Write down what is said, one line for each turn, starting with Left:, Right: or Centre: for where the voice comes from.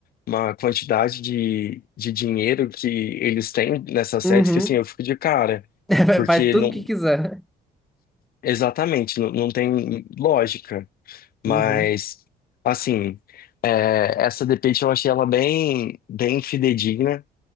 Left: uma quantidade de, de dinheiro que eles têm nessas séries
Centre: Uhum,
Left: que, assim, eu fico de cara,
Centre: <laughs>
Left: porque
Centre: Faz tudo
Left: não,
Centre: que quiser. né?
Left: exatamente, não, não tem lógica,
Centre: uhum.
Left: mas, assim, é, essa The Pitt eu achei ela bem, bem fidedigna,